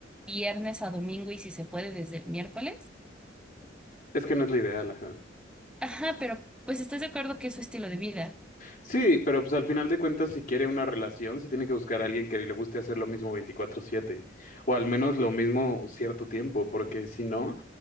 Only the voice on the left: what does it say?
Es que no es lo ideal, ajá.
Sí, pero pues al final de cuentas, si quiere una relación, se tiene que buscar a alguien que le guste hacer lo mismo 24/7, o al menos lo mismo un cierto tiempo, porque si no,